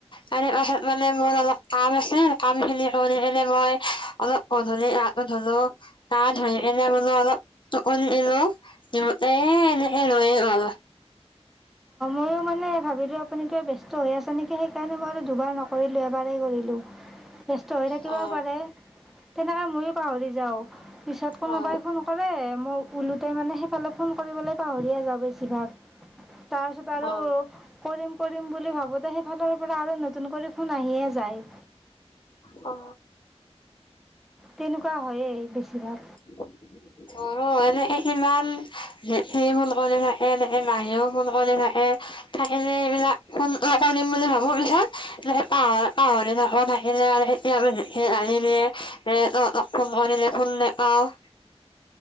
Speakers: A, on the left (about 45°); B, in the centre.
A: তাৰে পাছত মানে মোৰ অলপ কাম আছিল কাম খিনি কৰিনে মই অলপ গধূলি। ধলো তাত ধৰি এনে বোলো অলপ চকু দিলো। সিহতে এনে লয়েগ।
B: মই মানে ভাবিলো আপুনি কিয়া ব্যস্ত হৈ আছে নেকি সেইকাৰণে মই দুবাৰ নকৰিলো এবাৰেই কৰিলোঁ ব্যস্ত হৈ থাকিবও
A: অ
B: পাৰে তেনেকৈ ময়ো পাহৰি যাওঁ পিছত কোনোবাই
A: অ
B: ফোনক মোক ওলোতে মানে সেইফালে ফোন কৰিবলৈ পাহৰি আ যাওঁ বেছিভাগ তাক আৰু
A: অ
B: কৰিম। কৰিম বুলি ভাবোঁতে সেইফালৰ পৰা আৰু নতুন কৰি ফোন আহে যায়
A: অ।
B: তেনেকুৱা হয়য়ে বেছিভাগ
A: <unintelligible> ধৰ এনেকে ইমান স ফোন কৰি থাকে এনেকে মাহেও ফোন কৰি থাকে থাকিলে এইবিলাক <unintelligible> বুলি ভাবো <unintelligible> পছত পাহ পাহৰি থকা থা আহে আৰু তিয়াম <unintelligible> অ